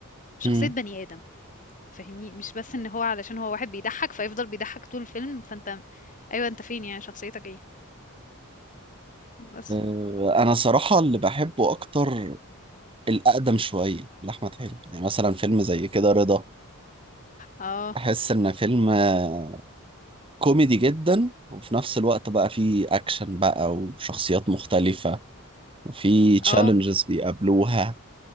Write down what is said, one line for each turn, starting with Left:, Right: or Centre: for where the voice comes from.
Left: شخصية
Right: مم.
Left: بني آدم، فاهمني؟ مش بس إن هو علشان هو واحد بيضحّك فيفضل بيضحّك طول الفيلم، فأنت أيوه أنت فين يعني شخصيتك إيه؟ بس.
Right: آه، أنا صراحة اللي بحبه أكتر الأقدم شوية لأحمد حلمي يعني مثلا فيلم زي كده رضا
Left: آه،
Right: أحس إن فيلم آه، كوميدي جدا وفي نفس الوقت بقى فيه أكشن بقى وشخصيات مختلفة وفيه تشالنجز
Left: آه.
Right: بيقابلوها